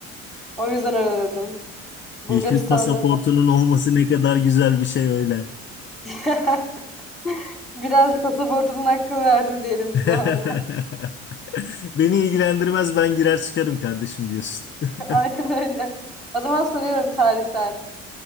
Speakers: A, in the centre; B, on the left (about 30°).
A: O yüzden öyle dedim. Bulgaristan'a
B: Yeşil pasaportunun
A: da
B: olması ne kadar güzel bir şey öyle.
A: <laughs> biraz pasaportumun hakkını verdim diyelim
B: <laughs>
A: bir zamanlar.
B: Beni ilgilendirmez ben girer çıkarım kardeşim diyorsun. <laughs>
A: <laughs> Aynen öyle. O zaman soruyorum tarihten.